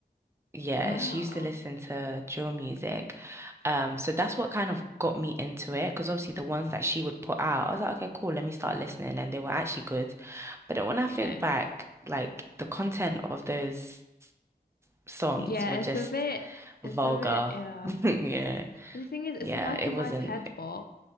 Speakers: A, on the right; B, on the left.
A: Yeah,
B: wow.
A: she used to listen to drill music. Um, so that's what kind of got me into it because obviously the ones that she would put out, I was like, okay, cool, let me start listening, and they were actually good. But then when I
B: Okay.
A: think back, like the content of those songs
B: Yeah,
A: were just
B: it's a bit. It's
A: vulgar.
B: a bit. Yeah.
A: <laughs> Yeah,
B: The thing is, it's
A: yeah,
B: like
A: it
B: a nice
A: wasn't.
B: head bop,